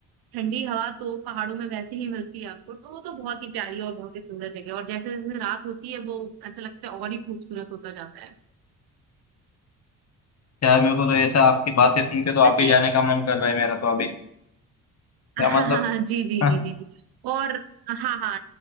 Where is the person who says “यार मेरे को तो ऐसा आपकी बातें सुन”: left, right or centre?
Left